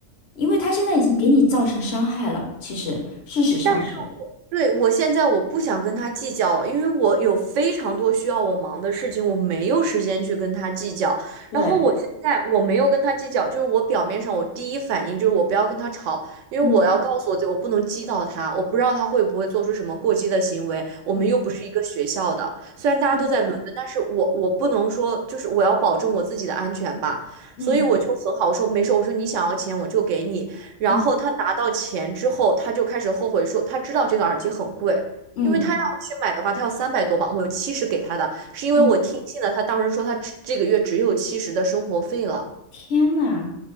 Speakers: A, on the left (about 55°); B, on the right (about 70°).
A: 因为他现在已经给你造成伤害了，其实事实上是，
B: 但。对，我现在我不想跟他计较了，因为我有非常多需要我忙的事情，我没有时间去跟他计较。
A: 对，
B: 然后我现在我没有跟他计较，就是我表面上我第一反应就是我不要跟他吵，因为我要告诉我自己我不能激到他，
A: 嗯
B: 我不知道他会不会做出什么过激的行为。我们又不是一个学校的，
A: 嗯
B: 虽然大家都在伦敦，
A: 对
B: 但是我我不能说就是我要保证我自己的安全吧，
A: 嗯
B: 所以我就很好说没事，我说你想要钱我就给你，然后他拿到钱之后，
A: 嗯
B: 他就开始后悔说，他知道这个耳机很贵，
A: 嗯
B: 因为他要去买的话，他要三百多磅我七十给他的，是因为我听信了他当时说他只这个月只有七十的生活费了。
A: 嗯。天呐！